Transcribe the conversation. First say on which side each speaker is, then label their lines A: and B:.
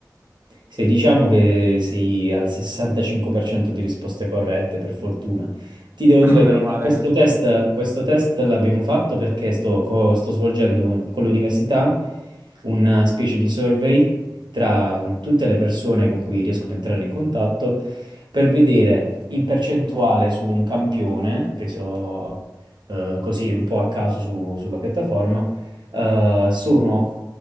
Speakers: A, on the right; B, on the right.
A: Se diciamo che sei al 65% di risposte corrette, per fortuna. Ti
B: <laughs>
A: devo
B: Ah,
A: dire la
B: meno
A: verità,
B: male.
A: questo test, questo test l'abbiamo fatto perché sto, co- sto svolgendo con l'università una specie di survey tra tutte le persone con cui riesco ad entrare in contatto per vedere in percentuale su un campione, preso eh, così un po' a caso su- sulla piattaforma, eh, sono